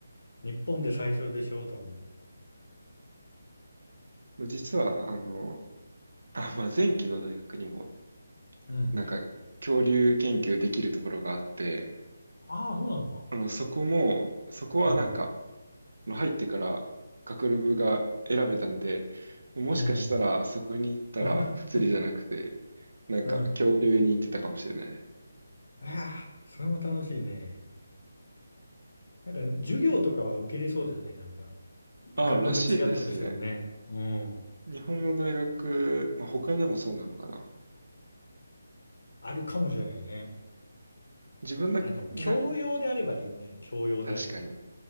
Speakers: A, on the left; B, on the right.
A: 日本で最初でしょ、多分。
B: もう実は、あの、あ、まあ、前期の大学にも、
A: うん。
B: なんか、恐竜研究できるところがあって、
A: ああ、そうなのか。
B: あの、そこも、そこはなんか、
A: うん、
B: あの入ってから学部が選べたんで、もしかしたら、
A: うん、うん。
B: そこに行ったら、
A: <laughs>
B: 物理じゃなくて、なんか、
A: うん。
B: 恐竜に行ってたかもしれないです。
A: ああ、それも楽しいね。なんか、授業とかは受けれそうだよね、なんか。
B: あ、
A: 学部違ったとしてもね。
B: らしいですね。
A: うん。
B: 日本の大学、まあ、他でもそうなのかな。
A: あるかもしれないね。
B: 自分だ、
A: あの、
B: なん、
A: 教養であればいいよね。教養であれば。
B: 確かに。